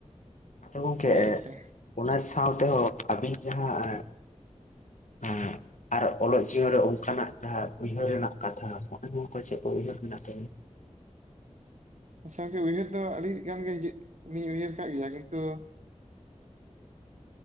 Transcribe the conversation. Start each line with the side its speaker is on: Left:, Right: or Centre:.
Left: ᱟᱫᱚ ᱜᱚᱢᱠᱮ
Right: ᱜᱚᱝᱠᱮ
Left: ᱚᱱᱟ ᱥᱟᱶ ᱛᱮᱦᱚᱸ ᱟᱹᱵᱤᱱ ᱡᱟᱦᱟᱸ ᱦᱮᱸ ᱟᱨ ᱚᱞᱚᱜ ᱡᱤᱭᱚᱱ ᱨᱮ ᱚᱱᱠᱟᱱᱟᱜ ᱡᱟᱦᱟᱸ ᱩᱭᱦᱟᱹᱨ ᱨᱮᱱᱟᱜ ᱠᱟᱛᱷᱟ ᱱᱚᱜᱼᱚᱭ ᱱᱚᱣᱟ ᱠᱚ ᱪᱮᱫ ᱠᱚ ᱩᱭᱦᱟᱹᱨ ᱢᱮᱱᱟᱜ ᱛᱟᱹᱵᱤᱱᱟ <inaudible>
Right: ᱟᱪᱪᱷᱟ ᱜᱚᱝᱠᱮ ᱩᱭᱦᱟᱹᱨ ᱫᱚ ᱟᱹᱰᱤ ᱜᱟᱱ ᱜᱮ ᱦᱤᱡᱩᱜ ᱤᱧ ᱩᱭᱦᱟᱹᱨ ᱠᱟᱜ ᱜᱮᱭᱟ ᱠᱤᱱᱛᱚ